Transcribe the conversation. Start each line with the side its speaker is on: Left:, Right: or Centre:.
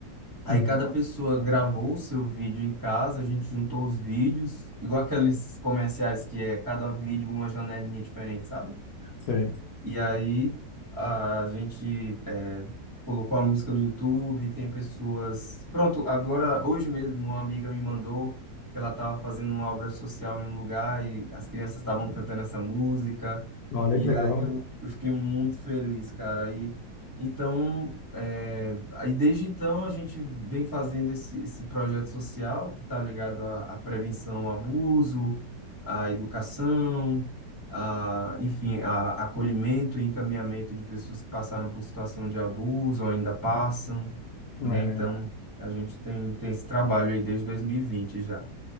Right: Aí
Left: uhum,
Right: cada pessoa gravou o seu vídeo em casa, a gente juntou os vídeos, igual aqueles comerciais que é cada vídeo uma janelinha diferente, sabe?
Left: sei.
Right: E aí a gente é, colocou a música no YouTube, tem pessoas. Pronto, agora, hoje mesmo, uma amiga me mandou que ela estava fazendo uma obra social em um lugar e as crianças estavam cantando essa música.
Left: Olha
Right: E
Left: que legal.
Right: aí eu, eu fiquei muito feliz, cara. Aí, então, é, aí desde então a gente vem fazendo esse, esse projeto social que está ligado à, à prevenção ao abuso, à educação a, enfim, a, acolhimento e encaminhamento de pessoas que passaram por situação de abuso ou ainda passam, né?
Left: É.
Right: Então, a gente tem, tem esse trabalho aí desde 2020 já.